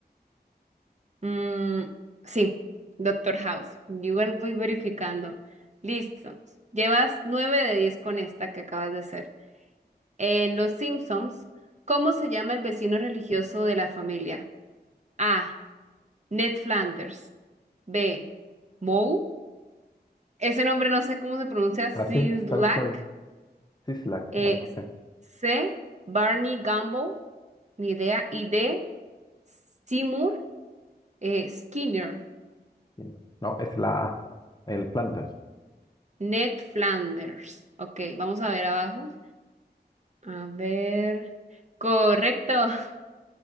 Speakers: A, on the right; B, on the left.
A: Mm, sí, Doctor House. Yo igual voy verificando. Listo. Llevas nueve de diez con esta que acabas de hacer. En Los Simpsons, ¿cómo se llama el vecino religioso de la familia? A. Ned Flanders. B. Moe. Ese nombre no sé cómo se pronuncia. Sislak.
B: Así, tal cual. Sislak,
A: Eh,
B: algo así.
A: C. Barney Gumble. Ni idea. Y D. Seymour eh, Skinner.
B: No, no, es la A, el Flanders.
A: Ned Flanders. Ok, vamos a ver abajo. A ver. Correcto. <laughs>